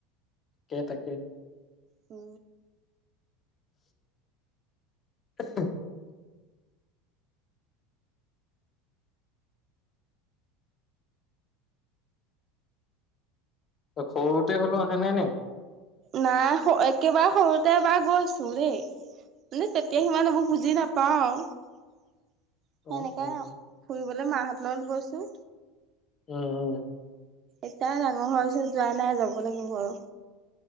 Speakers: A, on the left; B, on the right.
A: তাকে, তাকে
B: অ।
A: <unintelligible> সৰুতে হলেও অহা নাই, নি।
B: নাই একেবাৰে সৰুতে এবাৰ গৈছো দে মানে তেতিয়া সিমান এইবোৰ বুজি নাপাও আৰু। সেনেকে
A: অ অ
B: ফুৰিবলে মাহত লগত হৈছো।
A: উম, উ।
B: এতিয়া ডাঙৰ হোৱাৰ পিছত যোৱা নাই যাব লাগিব আৰু।